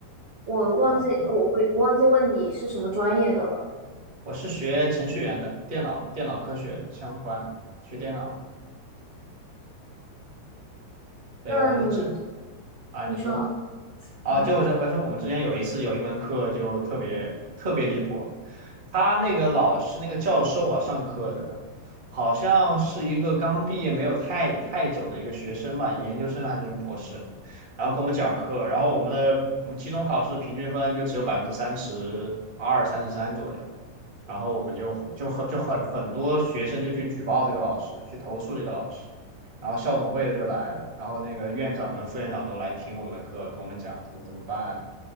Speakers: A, on the right (about 55°); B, on the right (about 20°).
A: 我忘记我我我忘记问你是什么专业的了。
B: 哦，我是学程序员的，电脑电脑科学相关的，学电脑。对，
A: 那你们
B: 我们这啊，
A: 你说啊，
B: 你说。
A: 你
B: 啊，
A: 说
B: 就我说我说我们之前有一次有一门课就特别特别离谱，他那个老师那个教授啊上课的，好像是一个刚毕业没有太太久的一个学生吧，研究生还是博士，然后给我们讲课，然后我们的我们期中考试平均分就只有百分之三十二、三十三左右，然后我们就就很就很很多学生就去举报这个老师，去投诉这个老师，然后校董会的就来了，然后那个院长跟副院长都来听我们的课，跟我们讲怎么怎么办，